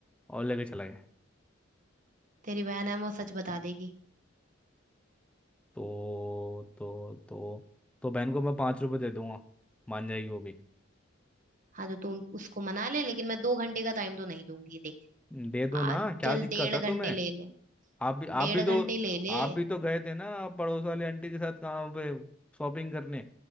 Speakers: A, in the centre; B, on the right.
A: और लेके चला गए
B: तेरी बहन है वो सच बता देगी
A: तो तो तो तो बहन को मैं पाँच रुपये दे दूंगा मान जाएगी वो भी
B: हाँ तो तू उन- उसको मना ले लेकिन मैं दो घंटे का टाइम तो नहीं दूंगी देख
A: दे दो ना
B: आज
A: क्या
B: चल
A: दिक्कत
B: डेढ़
A: है
B: घंटे
A: तुम्हें
B: ले ले
A: आप भी आप
B: डेढ़
A: भी तो
B: घंटे ले ले
A: आप भी तो गए थे ना पड़ोस वाली आंटी के साथ कहाँ पे शॉपिंग करने